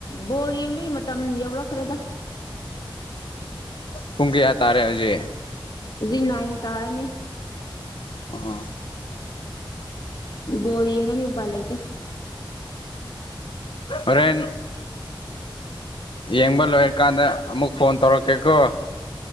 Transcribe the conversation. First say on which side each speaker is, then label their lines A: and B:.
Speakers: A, on the left; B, on the left.
A: ꯕꯣꯜ ꯌꯦꯡꯕꯒꯤ ꯃꯇꯝ ꯌꯧꯔꯛꯈ꯭ꯔꯦꯗ
B: ꯄꯨꯡ ꯀꯌꯥ ꯇꯥꯔꯦ ꯍꯧꯖꯤꯛ
A: ꯍꯧꯖꯤꯛ ꯅꯥꯏꯟ ꯇꯥꯔꯅꯤ
B: ꯑꯥ
A: ꯕꯣꯜ ꯌꯦꯡꯉꯅꯤ ꯎꯄꯥꯥꯏ ꯂꯩꯇꯦ
B: ꯍꯣꯔꯦꯟ ꯌꯦꯡꯕ ꯂꯣꯏꯔꯀꯥꯟꯗ ꯑꯃꯨꯛ ꯐꯣꯟ ꯇꯧꯔꯛꯀꯦꯀꯣ